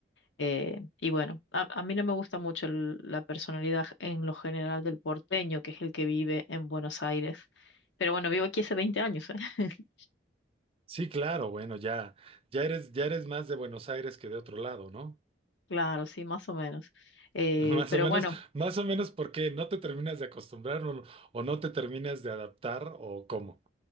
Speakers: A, on the left; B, on the right.
A: Eh, y bueno, a, a mí no me gusta mucho el- la personalidad en lo general del porteño, que es el que vive en Buenos Aires. Pero bueno, vivo aquí hace 20 años, ¿eh? <laughs>
B: Sí, claro, bueno, ya, ya eres, ya eres más de Buenos Aires que de otro lado, ¿no?
A: Claro, sí, más o menos. Eh,
B: <laughs> Más
A: pero
B: o menos,
A: bueno,
B: más o menos porque no te terminas de acostumbrar o, o no te terminas de adaptar o cómo.